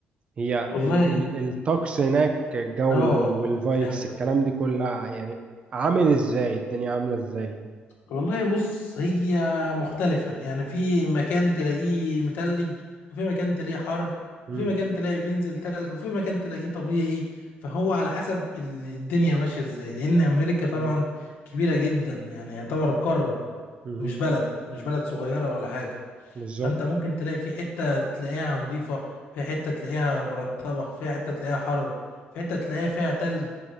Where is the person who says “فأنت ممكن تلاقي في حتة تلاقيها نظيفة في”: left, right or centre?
Left